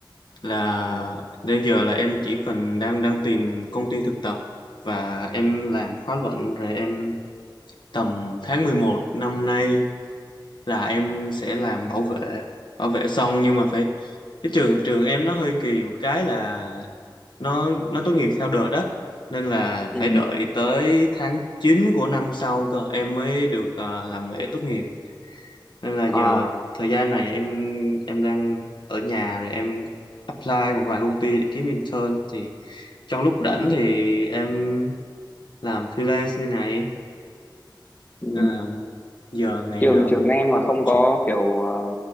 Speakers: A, on the left (about 70°); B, on the left (about 20°).
A: là
B: ừ.
A: đến giờ là em chỉ cần đang đang tìm công ty thực tập và em làm khóa luận rồi em tầm tháng 11 năm nay là em sẽ làm bảo vệ bảo vệ xong nhưng mà phải cái trường trường em nó hơi kỳ một cái là nó nó tốt nghiệp theo đợt đó nên là
B: Ừ.
A: phải đợi tới tháng 9 của năm sau cơ em mới được ờ, làm lễ tốt nghiệp nên là
B: Ờ.
A: giờ thời gian này em em đang ở nhà rồi em apply một vài công ty để kiếm intern thì trong lúc rảnh thì em làm freelance như này
B: Ừ.
A: Ờ, giờ ngày
B: trường
A: nào
B: trường em mà không
A: chứ
B: có kiểu ờ,